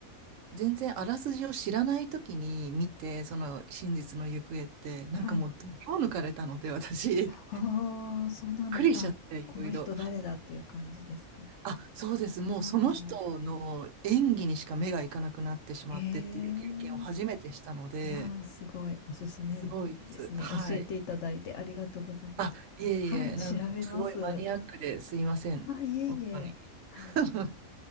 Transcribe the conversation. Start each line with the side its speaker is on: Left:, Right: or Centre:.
Right: 全然あらすじを知らない時に見て、その真実の行方って、なんかもう、
Left: はい。
Right: どぎも抜かれたので、私、
Left: ああ、
Right: <laughs> びっ
Left: そうなんです。
Right: くりしちゃって、
Left: あ、
Right: いろいろ。
Left: この人誰だっていう感じですか。
Right: あ、そうです。もうその人の演技にしか目がいかなくなってしまってっていう経験を初めてしたので、
Left: うん、へえ、いやー、すごい、おすすめですね。
Right: すごいです。はい。
Left: 教えていただいてありがとうございます。
Right: あ、いえいえ、
Left: はい、
Right: なんかすごいマニアックですいません。
Left: 調べます。あ、いえいえ。
Right: 本当に。
Left: はい。
Right: <laughs>